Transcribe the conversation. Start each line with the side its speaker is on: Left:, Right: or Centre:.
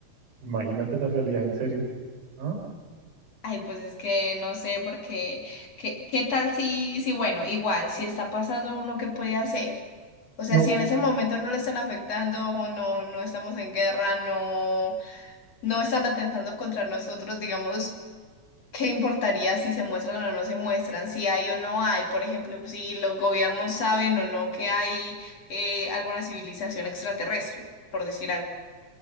Right: imagínate la realidad en serio. ¿Ah?
Left: ay, pues es que no sé porque, ¿qué, qué tal si, si, bueno, igual, si está pasando uno, ¿qué puede hacer? O sea,
Right: No,
Left: si en ese momento no le están afectando o no, no estamos en guerra, no. no están atentando contra nosotros, digamos, ¿qué importaría si se muestran o no se muestran, si hay o no hay? Por ejemplo, si los gobiernos saben o no que hay eh, alguna civilización extraterrestre, por decir algo.